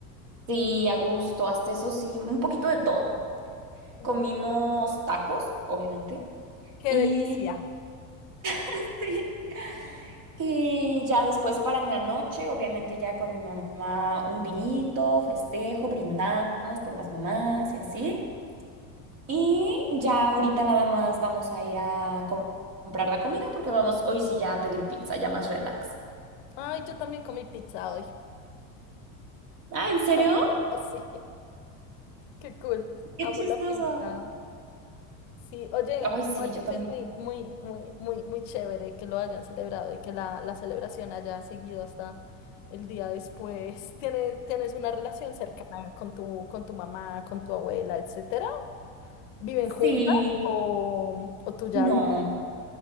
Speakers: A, on the right; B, on the left.
A: Sí, a gusto, hasta eso sí, un poquito de todo.
B: Un
A: Comimos
B: poquito de todo.
A: tacos, obviamente.
B: Qué
A: Y,
B: delicia.
A: <laughs> y ya después para en la noche, obviamente ya con mi mamá un vinito, festejo, brindamos por las mamás y así. Y ya ahorita nada más vamos a ir a co- comprar la comida porque vamos hoy sí ya a pedir pizza, ya más relax.
B: Ay, yo también comí pizza hoy.
A: Ah, ¿en serio?
B: <laughs> Sí, qué cool.
A: Qué
B: Amo
A: chistoso.
B: la pizza. Sí, oye,
A: Ay, sí,
B: oye,
A: yo también.
B: pues muy, muy, muy, muy, muy chévere que lo hayan celebrado y que la, la celebración haya seguido hasta el día después. <laughs> ¿Tienes, tienes una relación cercana con tu, con tu mamá, con tu abuela, etcétera? ¿Viven
A: Sí.
B: juntas o, o tú ya
A: No,
B: vives?